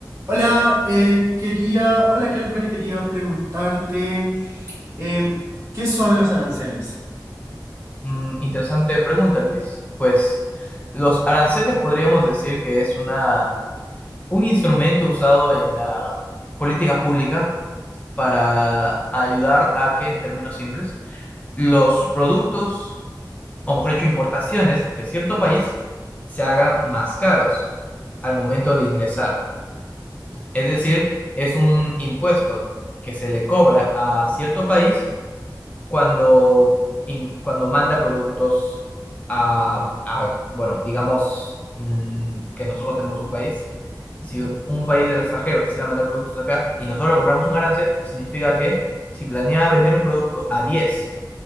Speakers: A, on the right; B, on the left.
A: Hola, eh, quería, hola Kelber, quería preguntarte em, ¿qué son los aranceles?
B: Mm, interesante pregunta, Luis. Pues los aranceles podríamos decir que es una, un instrumento usado en la política pública para ayudar a que, en términos simples, los productos, o mejor dicho, importaciones de cierto país se hagan más caros al momento de ingresar. Es decir, es un impuesto que se le cobra a cierto país cuando, in- cuando manda productos a, a, bueno, digamos mm, que nosotros tenemos un país, si un país del extranjero quisiera mandar productos acá y nosotros le compramos un arancel, significa que si planea vender un producto a diez